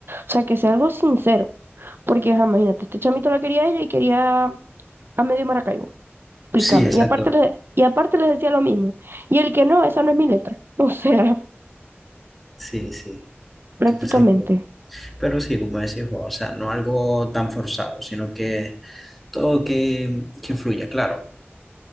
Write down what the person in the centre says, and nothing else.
sí, exacto,
sí, sí.
Tú, pues, algo. Pero sí, como decís vos, o sea, no algo tan forzado, sino que todo que, que fluya, claro.